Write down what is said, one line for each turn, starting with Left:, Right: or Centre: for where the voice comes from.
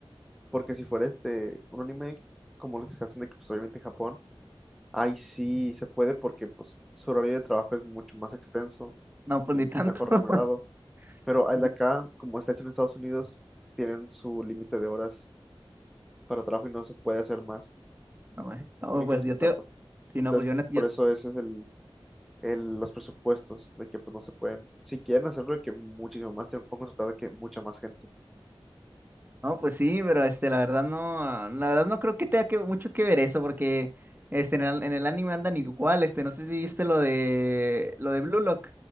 Centre: Porque si fuera este, un anime como lo que se hacen de que, pues, obviamente en Japón, ahí sí se puede porque pues su horario de trabajo es mucho más extenso
Right: No, pues
Centre: y
Right: ni tanto.
Centre: mejor remunerado.
Right: <laughs>
Centre: Pero al
Right: Ni-
Centre: de acá, como está hecho en Estados Unidos, tienen su límite de horas para trabajo y no se puede hacer más.
Right: No, pues no,
Centre: Tienen
Right: pues,
Centre: que respetarlo.
Right: yo te... Sí, no,
Centre: Entonces,
Right: pues yo, no- yo-
Centre: por eso ese es el el- los presupuestos, de que pues no se pueden, si quieren hacerlo, de que muchísimo más, tienen que contratar de que mucha más gente.
Right: No, pues sí, pero este, la verdad no, ah, la verdad no creo que tenga que, mucho que ver eso, porque este, en el, en el anime andan igual, este, no sé si viste lo de, lo de Blue Lock,